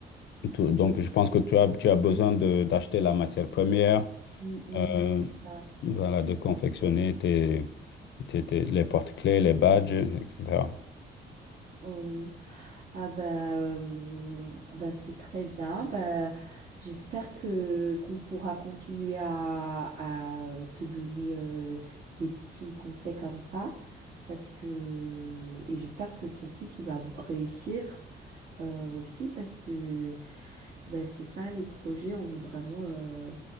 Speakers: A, on the left; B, on the right.
A: euh, tout- donc, je pense que tu as, tu as besoin de, d'acheter la matière première,
B: Mm, mm,
A: euh,
B: c'est ça.
A: voilà, de confectionner tes, tes- tes- les porte-clés, les badges, etc.
B: Oui. Ah bah, hum, bah c'est très bien. Bah, j'espère que qu'on pourra continuer à, à, euh, se donner euh, des petits conseils comme ça. Parce que et j'espère que ton site il va réussir euh, aussi parce que bah, c'est ça les projets, on veut vraiment euh,